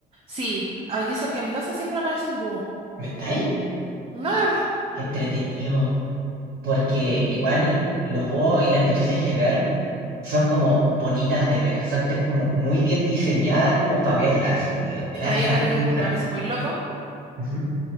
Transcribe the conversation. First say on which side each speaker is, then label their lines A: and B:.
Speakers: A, on the right; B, on the right.
A: Sí, allí cerca de mi casa siempre aparece un búho.
B: ¿Me estáis?
A: No, de verdad.
B: Qué entretenido. Porque igual los búhos y las lechuzas en general son como bonitas de ver. Son te- como muy bien diseñadas
A: Eh,
B: como para verlas. Así como que digo, me dan
A: ¿Sabéis
B: ganas
A: algo
B: de dibujarlas.
A: que me parece muy loco?
B: Ujú.